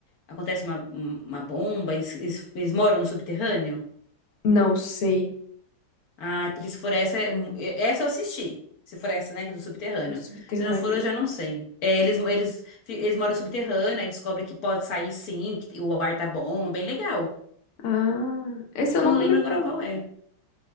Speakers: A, on the left (about 55°); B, on the left (about 80°).
A: acontece uma, uma bomba, eles, eles, eles moram no subterrâneo?
B: não sei,
A: Ah, é porque se for essa, é mu- é- essa eu assisti. Se for essa, né, que é do subterrâneo.
B: do subterrâneo.
A: Se não for, eu já não sei. É, eles, eles, fi- eles moram no subterrâneo, aí descobre que pode sair sim, que o ar tá bom, é bem legal.
B: Ah, esse eu
A: Só
B: nunca
A: não lembro
B: ouvi
A: agora
B: falar.
A: qual é.